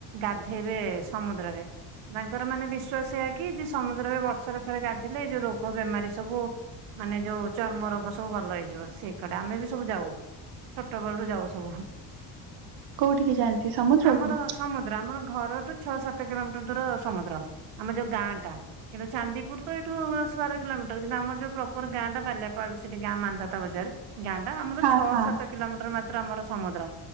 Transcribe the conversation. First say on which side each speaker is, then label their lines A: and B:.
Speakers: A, on the right (about 75°); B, on the right (about 55°).
A: ଗାଧେଇବେ ସମୁଦ୍ରରେ। ତାଙ୍କର ମାନେ ବିଶ୍ଵାସ ଏୟାକି ଜେ ସମୁଦ୍ରରେ ବର୍ଷରେ ଥରେ ଗାଧୋଇଲେ ଏଇ ଯୋଉ ରୋଗ ବେମାରୀ ସବୁ ମାନେ ଯୋଉ ଚର୍ମ ରୋଗ ସବୁ ଭଲ ହେଇଯିବ ସେଇ କଡେ ଆମେ ବି ସବୁ ଯାଉ। ଛୋଟବେେଳୁ ଯାଉ ସବୁ।
B: କୋଉଠିକି ଯାନ୍ତି ସମୁଦ୍ରକୁ।
A: ଆମର ସମୁଦ୍ର ଆମର ଘରଠୁ ଛଅ ସାତ କିଲୋମିଟର ଦୂର ସମୁଦ୍ର। ଆମ ଯୋଉ ଗାଁ ଟା କିନ୍ତୁ ଚାନ୍ଦିପୁର ତ ଏଇଠୁ ଦଶ ବାର କିଲୋମିଟର। କିନ୍ତୁ ଆମର ଯୋଉ ପ୍ରପର ଗାଁଟା ବାଲିଆପାଳ ସେଠି ଗାଁ ମାନ୍ଧାତା ବଜାର ଗାଁଟା ଆମର
B: ହଁ
A: ଛଅ
B: ହଁ
A: ସାତ କିଲୋମିଟର ମାତ୍ର ଆମର ସମୁଦ୍ର